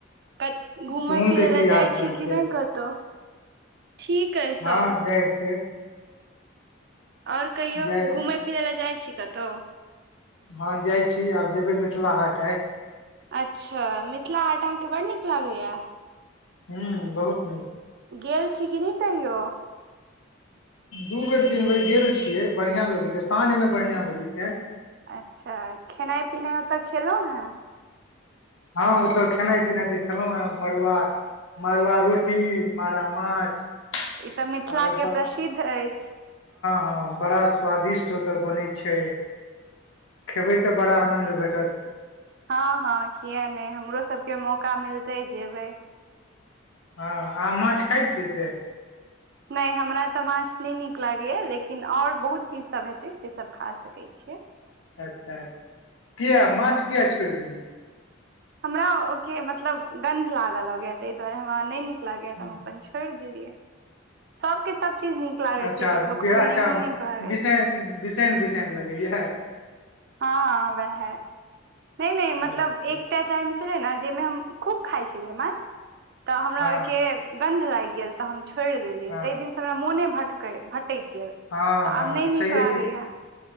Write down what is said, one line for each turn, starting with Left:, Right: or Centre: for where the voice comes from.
Right: कत घुमय
Left: चुमुन
Right: फिरय
Left: के
Right: ले
Left: की हाल
Right: जाइ
Left: चाल
Right: छी कि
Left: छै
Right: नहि कतहु? ठीक अछि सब।
Left: हँ जाइ छियै
Right: और कहियौ
Left: जाइ
Right: घुमय फिरै ले जाइ छी? देतौ।
Left: हँ जाइ छी आब जेबै मिथिला हाट आइ।
Right: अच्छा मिथिला हाट अहाँकेँ बड्ड नीक लागैया?
Left: ह्म बहुत निक।
Right: गेल छी कि नहि कहियो?
Left: दु बेर तीन बेर गेल छियै, बढ़िया लगै छै, सांझमे बढ़िया लगै छै।
Right: अच्छा, खेनाइ पिनाइ ओत' खेलहुं ने?
Left: हां, ओत खेनाइ पिनाइ त खेलहुंहें, मड़ुआ, मड़ुआ रोटी मारा माछ
Right: त मिथिला
Left: आओर
Right: के प्रसिद्ध अछि।
Left: हां बड़ा स्वादिष्ट ओतय बनै छै। खेबै त बड़ा आनन्द भेट त
Right: हां हां किए नै हमरो सभके मौका मिलतै जेबै
Left: हां, अहां माछ खाइ छियै से?
Right: नै हमरा त माछ नहि नीक लागैए लेकिन और बहुत चीज सभ हेतै से सभ खा सकैत छियै।
Left: अच्छा, किये, माछ किये छोड़ि देलियै?
Right: हमरा ओके मतलब गन्ध लागय लगैये ताहि दुआरे हमरा नहि नीक लागैये त
Left: हूँ
Right: हम अपन छोड़ि देलियै। सबके सब चीज नीक लागै
Left: अच्छा
Right: छै, ककरो ककरो
Left: अच्छा
Right: नहियो नीक लागै
Left: बिसैन
Right: छै
Left: बिसैन बिसैन लगैया
Right: हां, वैहे, नै नै मतलब
Left: अच्छा
Right: एकटा टाइम छैले ने जाहिमे हम खुब खाइ छलियै माछ। त हमरा
Left: हँ
Right: ओहिके गंध लागि गेल त हम छोड़ि देलियै
Left: हँ
Right: तै दिनसे हमरा मोने भटकै भट टेक गेल,
Left: हँ
Right: त
Left: हँ
Right: आब नै
Left: छैहे
Right: नीक लगैये।
Left: कि